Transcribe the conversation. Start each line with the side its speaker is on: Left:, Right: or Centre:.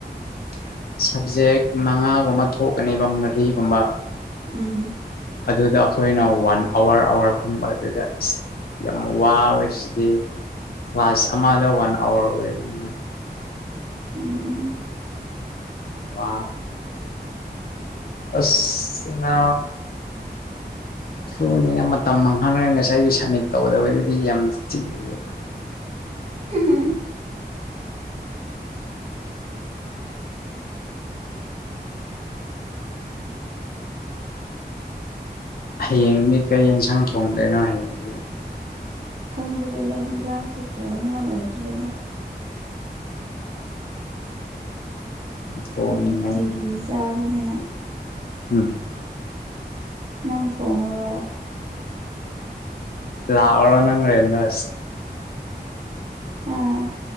Right: <inaudible>
Left: ꯁꯕꯖꯦꯛ ꯃꯉꯥꯒꯨꯝꯕ ꯊꯣꯛꯀꯅꯦꯕ ꯃꯔꯤꯒꯨꯝꯕ
Right: ꯎꯝ
Left: ꯑꯗꯨꯗ ꯑꯈꯣꯏꯅ ꯋꯥꯟ ꯑꯋꯥꯔ ꯑꯋꯥꯔ ꯐꯝꯕ ꯑꯗꯨꯗ ꯌꯥꯝ ꯋꯥꯕꯁꯤꯗꯤ ꯀ꯭ꯂꯥꯁ ꯑꯃꯗ ꯋꯥꯟ ꯑꯋꯥꯔ ꯑꯣꯏꯕꯅꯤꯅ
Right: ꯎꯝ
Left: ꯋꯥ ꯑꯁ ꯅꯥ ꯐꯣꯝꯅꯦꯅ ꯃꯇꯝ ꯃꯥꯡꯍꯜꯂꯦ ꯉꯁꯥꯏꯗꯣ ꯁꯝꯃꯤꯠ ꯇꯧꯒꯗꯕꯗꯨꯗꯤ ꯌꯥꯝ ꯆꯤꯜꯂꯤꯑꯕ
Right: ꯍꯤ ꯍꯤ ꯎꯝ
Left: ꯍꯌꯦꯡꯗꯤ ꯀꯔꯤ ꯌꯦꯟꯁꯥꯡ ꯊꯣꯡꯗꯣꯏꯅꯣ ꯍꯥꯏꯌꯦ
Right: ꯈꯪꯗ꯭ꯔꯦꯗ ꯍꯤꯟꯖꯥꯡꯁꯦ ꯊꯣꯡꯅꯤꯡꯉꯥꯏ ꯂꯩꯇ꯭ꯔꯦꯗ
Left: ꯊꯣꯡꯅꯤꯡꯉꯥꯏ
Right: ꯅꯨꯡꯇꯤ ꯆꯥꯕꯅꯤꯅ
Left: ꯎꯝ
Right: ꯅꯪ ꯊꯣꯡꯉꯨꯔꯣ
Left: ꯂꯥꯛꯎꯔ ꯅꯪ ꯔꯦꯟꯗ
Right: ꯑꯥ